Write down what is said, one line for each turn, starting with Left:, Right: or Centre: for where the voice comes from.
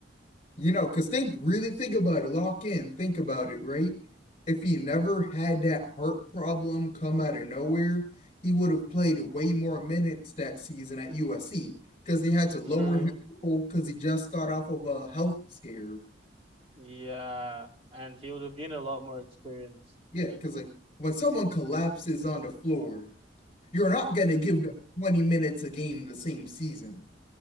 Left: you know, because think really think about it, lock in, think about it, right? If he never had that heart problem come out of nowhere, he would have played way more minutes that season at USC because he had to lower
Right: true.
Left: his role because he just got off of a health scare.
Right: Yeah, and he would have gained a lot more experience.
Left: Yeah,
Right: Yeah,
Left: because like when someone collapses on the floor. You're not going to give them 20 minutes a game the same season.